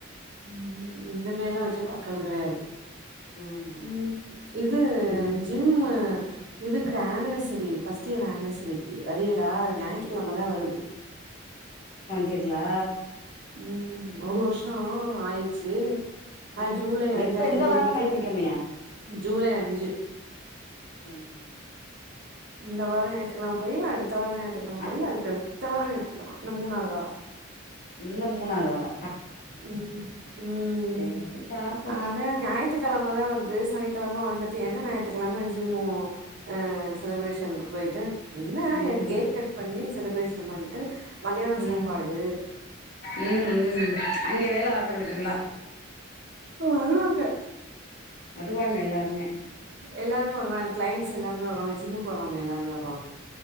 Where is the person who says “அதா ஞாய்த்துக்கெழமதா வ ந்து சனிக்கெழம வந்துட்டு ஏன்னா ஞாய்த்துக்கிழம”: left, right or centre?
Right